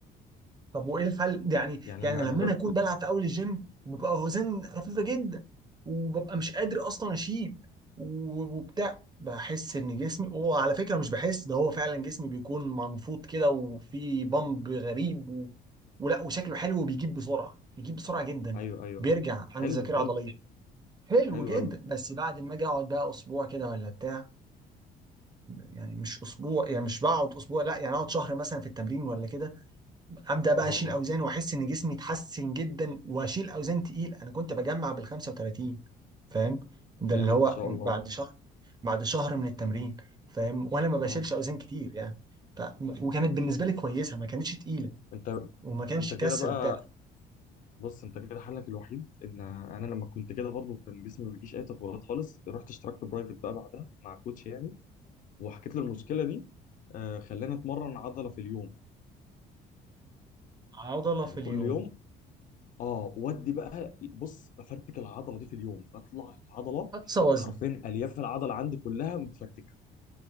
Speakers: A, on the right (about 25°); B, on the left (about 50°).
A: طب وايه الحل ده يعني
B: يعني
A: يعني
B: انا
A: لما
B: انا بد...
A: انا اكون بلعب في اول الجيم وببقى اوزان خفيفه جدا وببقى مش قادر اصلا اشيل و- وبتاع بحس ان جسمي هو على فكره مش بحس ده هو فعلا جسمي بيكون منفوض كده وفي بامب غريب و... ولا وشكله حلو وبيجيب بسرعه بيجيب بسرعه جدا
B: ايوه ايوه
A: بيرجع
B: ايوه
A: عند
B: حلو
A: ذاكره
B: حلو
A: عضليه حلو
B: حلو
A: جدا
B: قوي
A: بس بعد ما اجي اقعد بقى اسبوع كده ولا بتاع يعني مش اسبوع يعني مش بقعد اسبوع لا يعني اقعد شهر مثلا في التمرين ولا كده هبدا بقى
B: اه
A: اشيل
B: اه
A: اوزان واحس ان جسمي اتحسن جدا واشيل اوزان تقيل انا كنت بجمع بال 35 فاهم ده
B: جامد
A: اللي هو
B: ما شاء
A: بعد
B: الله
A: شهر بعد شهر من التمرين فاهم وانا ما بشيلش
B: اه
A: اوزان كتير يعني ف... وكانت بالنسبه لي كويسه ما كانتش تقيله
B: انت
A: وما كانش
B: انت كده
A: كسر
B: بقى
A: بتاع
B: بص انت كده حلك الوحيد ان انا لما كنت كده برضو كان جسمي ما بيجيش اي تطورات خالص رحت اشتركت برايفت بقى بعدها مع كوتش يعني وحكيت له المشكله دي آه خلاني اتمرن عضله في اليوم
A: عضله
B: يعني
A: في اليوم
B: كل يوم اه ودي بقى بص بفرتك العضله دي في اليوم بطلع العضله
A: اقصى وزن
B: حرفيا الياف العضله عندي كلها متفرتكه